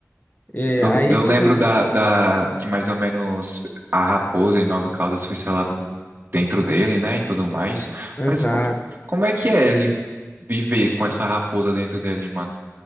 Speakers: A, on the left (about 35°); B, on the right (about 40°).
A: é,
B: Eu,
A: aí
B: eu lembro
A: quando.
B: da, da que mais ou menos a raposa e nove caudas foi selado dentro dele, né, e tudo mais.
A: Exato.
B: Mas co- como é que é ele viver com essa raposa dentro dele, mano?